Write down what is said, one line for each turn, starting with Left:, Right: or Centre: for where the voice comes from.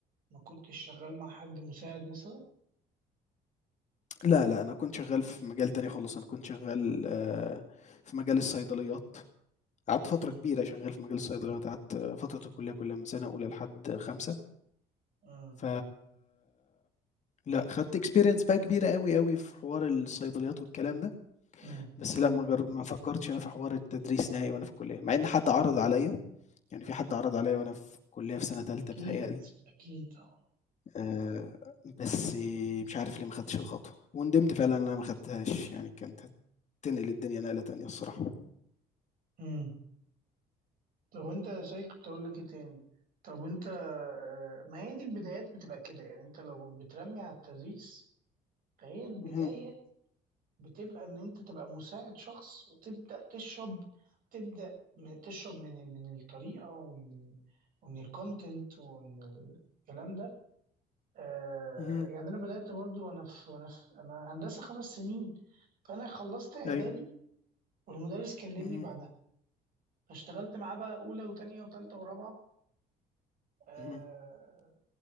Right: ما كنتش شغال مع حد مساعد مثلا
Left: لا، لا، أنا كنت شغّال في مجال تاني خالص، أنا كنت شغّال آآ، في مجال الصيدليات، قعدت فترة
Right: امم
Left: كبيرة شغّال في مجال الصيدليات، قعدت فترة الكلية كلها من سنة أولى لحد خامسة،
Right: امم
Left: ف لأ، خدت experience بقى كبيرة أوي، أوي في حوار الصيدليات والكلام ده،
Right: امم
Left: بس لأ، ما جر ما فكّرتش أنا في حوار التدريس نهائي وأنا في الكلية، مع إن حد عرض عليَّ يعني في حد عرض عليّا وأنا في كُلّية في سَنة تالتة
Right: اكيد
Left: بيتهيأ لي،
Right: اكيد اه
Left: آآ بس مش عارف ليه ما خدتش الخطوة، وندمت فعلًا إن أنا ما خدتهاش، يعني كانت هتنقل الدنيا نقلة تانية الصراحة.
Right: امم طب وانت يا سيد كنت اقول لك ايه تاني طب وانت آه، ما هي دي البدايات بتبقى كده يعني انت لو بترمي على التدريس فهي البداية
Left: اهم،
Right: بتبقى ان انت تبقى مساعد شخص وتبدأ تشرب تبدأ م- تشرب من من الطريقة ومن ومن الكونتنت ومن الكلام ده آه
Left: اهم،
Right: يعني انا بدات برضو وانا في وانا في انا هندسه خمس سنين فانا خلصت اعدادي
Left: أيوه،
Right: والمدرس كلمني
Left: اهم،
Right: بعدها فاشتغلت معاه بقى اولى وتانية وتالتة ورابعه آه
Left: اهم،